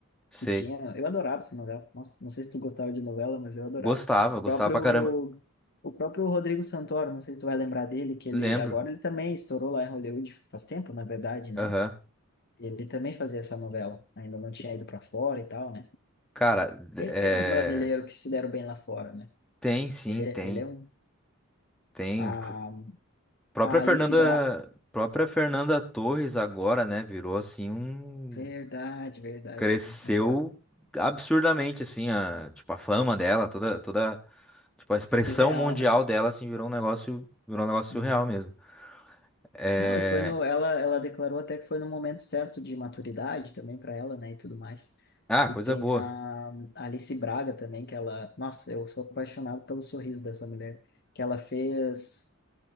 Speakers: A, in the centre; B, on the left.
A: Sei.
B: Que tinha, eu adorava essa novela. Nossa, não sei se tu gostava de novela, mas eu adorava.
A: Gostava,
B: O próprio
A: gostava pra caramba.
B: o próprio Rodrigo Santoro, não sei se tu vai lembrar dele, que ele
A: Lembro.
B: agora ele também estourou lá em Hollywood faz tempo, na verdade, né?
A: Aham.
B: Ele também fazia essa novela, ainda não tinha ido para fora e tal, né?
A: Cara, d-
B: E
A: é,
B: tem uns brasileiros que se deram bem lá fora, né?
A: tem sim,
B: Ele é,
A: tem.
B: ele é um.
A: Tem.
B: A,
A: Própria
B: a
A: Fernanda,
B: Alice Bra.
A: própria Fernanda Torres agora, né, virou assim um
B: Verdade, verdade,
A: cresceu
B: né? Agora.
A: absurdamente assim, a, tipo a fama dela, toda toda tipo a expressão
B: Surreal,
A: mundial
B: né?
A: dela assim virou um negócio, virou um negócio surreal
B: Uhum.
A: mesmo. É...
B: Não, e foi no. Ela, ela declarou até que foi no momento certo de maturidade também para ela, né? E tudo mais.
A: Ah,
B: E
A: coisa
B: tem
A: boa.
B: a, a Alice Braga também, que ela. Nossa, eu sou apaixonado pelo sorriso dessa mulher. Que ela fez.